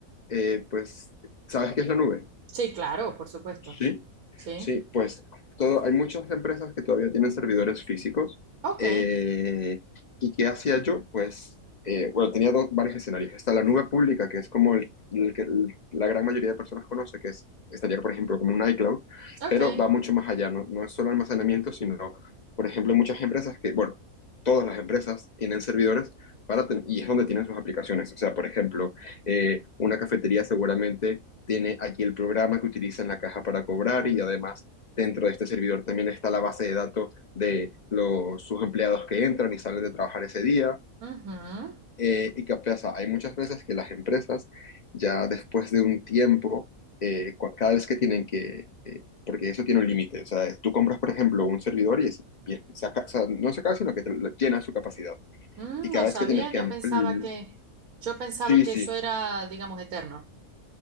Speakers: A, on the left; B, on the right.
A: Eh, pues, ¿sabes qué es la nube?
B: Sí, claro, por supuesto.
A: Sí,
B: Sí.
A: sí, pues todo, hay muchas empresas que todavía tienen servidores físicos.
B: Ok,
A: eh, ¿y qué hacía yo? Pues, eh, bueno, tenía dos- varios escenarios. Está la nube pública, que es como el, el que el- la gran mayoría de personas conoce, que es, estaría, por ejemplo, como un iCloud,
B: ok.
A: pero va mucho más allá, no, no es solo almacenamiento, sino, por ejemplo, hay muchas empresas que, bueno, todas las empresas tienen servidores para ten- y es donde tienen sus aplicaciones. O sea, por ejemplo, eh, una cafetería seguramente tiene aquí el programa que utiliza en la caja para cobrar y además dentro de este servidor también está la base de datos de los, sus empleados que entran y salen de trabajar ese día.
B: Ujú.
A: Eh, y qué pasa, hay muchas veces que las empresas ya después de un tiempo, eh, cua- cada vez que tienen que, eh, porque eso tiene un límite, o sea, es- tú compras, por ejemplo, un servidor y, es- y es- se aca- o sea, no se acaba, sino que te lo- llena su capacidad.
B: Mm,
A: Y cada
B: no
A: vez
B: sabía,
A: que tienes que
B: yo
A: ampliar,
B: pensaba que, yo pensaba
A: sí,
B: que
A: sí,
B: eso era, digamos, eterno.